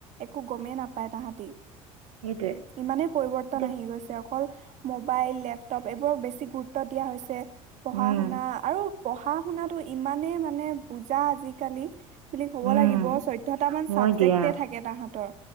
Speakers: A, on the right; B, on the right.
A: একো গমেই নাপায় তাহাঁতি্
B: সেইটোৱে
A: ইমানেই পৰিৱৰ্তন
B: এতিয়া
A: আহি গৈছে আ। অকল মোবাইল লেপটপ এইবোৰক বেছি গুৰুত্ব দিয়া হৈছে। পঢ়া
B: উম
A: শুনা আৰু। পঢ়া শুনাটো ইমানেই মানে বুজা আজিকালি। বুলি ক'ব
B: উম
A: লাগিব চৈধ্যটা মান চাবজেক্টে
B: মই দিয়া
A: থাকে তাহাঁতৰ